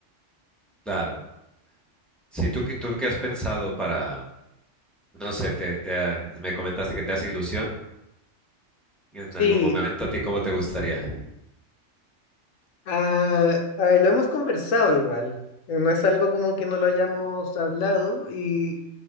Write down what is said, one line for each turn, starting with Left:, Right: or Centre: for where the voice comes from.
Centre: Claro. Si tú, qué- tú qué has pensado para, no sé, te, te ha- me comentaste que te hace ilusión. En
Left: Sí,
Centre: algún momento, ¿a ti cómo te gustaría?
Left: ah, ah, lo hemos conversado igual. eh, No es algo como que no lo hayamos hablado y